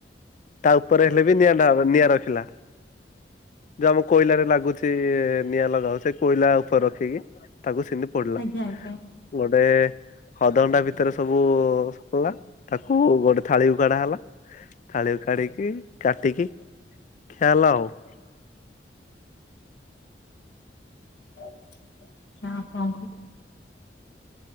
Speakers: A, on the left (about 45°); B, on the left (about 85°).
A: ତା ଉପରେ ହେଲେ ବି ନିଆଁ ଢାଳା ହବ ନିଆଁ ରଖିଲା ଯୋଉ ଆମ କୋଇଲାରେ ଲାଗୁଚି ନିଆଁ ଲଗା ହଉ ସେ କୋଇଲା ଉପରେ ରଖିକି ତାକୁ ସେମିତି ପୋଡଲା
B: ଆଜ୍ଞା ଆଜ୍ଞା
A: ଗୋଟେ ଅଧ ଘଣ୍ଟା ଭିତରେ ସବୁ ସରଲା ତାକୁ ଗୋଟେ ଥାଳିକୁ କାଡା ହେଲା ଥାଳି କୁ କାଢିକି କାଟିକି ଖିଆ ହେଲା ଆଉ ।
B: କିଆଁ ଆପଣଙ୍କୁ